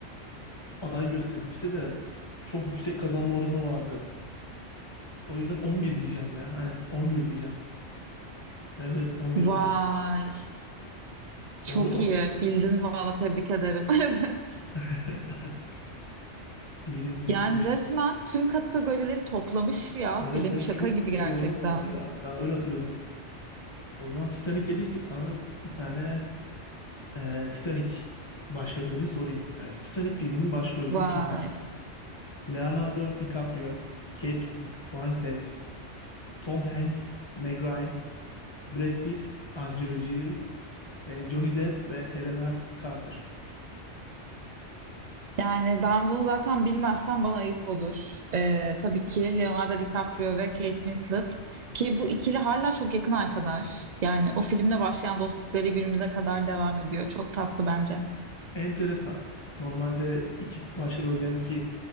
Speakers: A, on the left (about 25°); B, on the right (about 50°).
A: aday gösterilmişti de çok yüksek kazanma oranı vardı. O yüzden 11 diyeceğim ya. Hani 11 diyeceğim. Evet evet 11-11.
B: Vay, çok
A: Doğru mu?
B: iyi. Bildin valla tebrik ederim. <laughs> Evet.
A: <laughs> Bileceğimi düşünmemiştim.
B: Yani resmen tüm kategorileri toplamış ya
A: Evet
B: film
A: evet
B: şaka
A: çok
B: gibi
A: yüksek
B: gerçekten.
A: bir oranı vardı ya. Ben öyle hatırlıyordum. O zaman Titanic dediysek sana bir tane e, Titanic başrollerini sorayım. Evet Titanic filminin başrolleri
B: Vay.
A: kimler? Leonardo DiCaprio, Kate Winslet, Tom Hanks, Meg Ryan, Brad Pitt, Angelina Jolie, e, Johnny Depp ve Helena Carter.
B: Yani ben bunu zaten bilmezsem bana ayıp olur. Ee, tabii ki Leonardo DiCaprio ve Kate Winslet ki bu ikili hala çok yakın arkadaş. Yani o filmle başlayan dostlukları günümüze kadar devam ediyor. Çok tatlı bence.
A: Enteresan. Normalde iki başrol oynayan iki